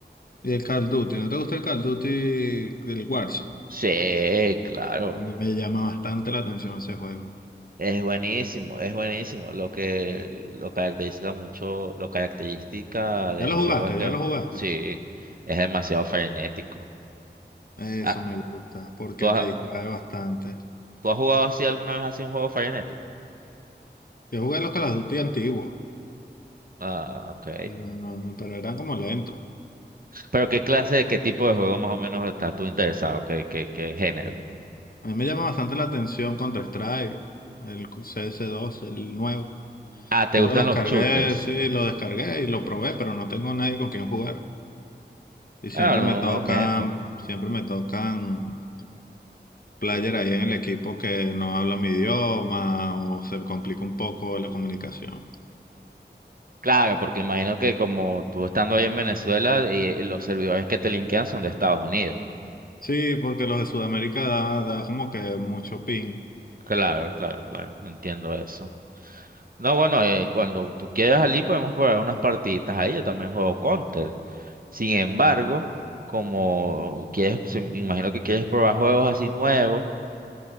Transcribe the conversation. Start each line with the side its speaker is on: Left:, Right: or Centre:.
Left: ¿Y el Call of Duty? ¿No te gusta el Call of Duty del Warzone?
Right: Sí, claro.
Left: A mí me llama bastante la atención ese juego.
Right: Es buenísimo, es buenísimo. Lo que lo caracteriza mucho, lo característica del
Left: ¿Ya lo
Right: juego
Left: jugaste?
Right: es que
Left: ¿Ya lo jugaste?
Right: sí, es demasiado frenético.
Left: Eso
Right: Ah,
Left: me gusta, porque
Right: ¿tú has,
Left: te distrae bastante.
Right: tú has jugado así alguna vez así un juego frenético?
Left: Yo jugué los Call of Duty antiguos,
Right: Ah, ok.
Left: pero, no- no- pero eran como lentos.
Right: Pero ¿qué clase, qué tipo de juego más o menos estás tú interesado? ¿Qué, qué, qué género?
Left: A mí me llama bastante la atención Counter-Strike, el CS2, el nuevo.
Right: Ah, ¿te
Left: Yo
Right: gustan
Left: lo descargué,
Right: los shooters?
Left: sí, lo descargué y lo probé, pero no tengo nadie con quien jugar. Y siempre
Right: Ah, en
Left: me
Right: un
Left: tocan,
Right: momento.
Left: siempre me tocan player ahí en el equipo que no habla mi idioma o se complica un poco la comunicación.
Right: Claro, porque imagino que como tú estando ahí en Venezuela, y los servidores que te linkean son de Estados Unidos.
Left: Sí, porque los de Sudamérica da, da como que mucho ping.
Right: Claro, claro, claro. Entiendo eso. No, bueno, eh, cuando tú quieras allí podemos probar unas partiditas ahí. Yo también juego Counter. Sin embargo, como quieres, se- me imagino que quieres probar juegos así nuevos,